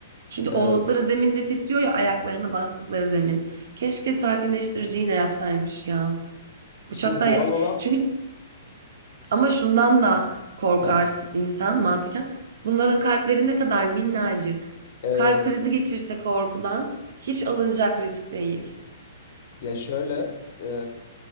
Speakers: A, on the right; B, on the left.
A: Çünkü oldukları
B: Evet.
A: zeminde titriyor ya ayaklarını bastıkları zemin. Keşke sakinleştirici iğne yapsaymış ya. Uçakta
B: İşte o doğal
A: he-
B: olan.
A: çünkü ama şundan da korkar
B: Ha,
A: insan mantıken. Bunların kalpleri ne kadar minnacık.
B: evet.
A: Kalp krizi geçirse korkudan hiç alınacak risk değil.
B: Ya şöyle. E,